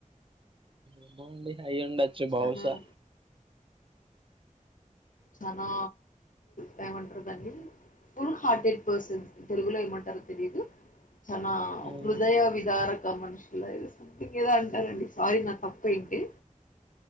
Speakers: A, on the right (about 40°); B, on the left (about 75°).
A: ఏమో అండి అయ్యిండొచ్చు
B: చానా
A: బహుశా
B: చనా తామంటారు కాని ఫుల్ హార్టెడ్ పర్సన్స్ తెలుగులో ఏమంటారో తెలిదు చనా
A: మ్మ్
B: హృదయ విదారక మనుషులదో సంథింగ్ ఏదో అంటారండి సారీ నా తప్పయింటే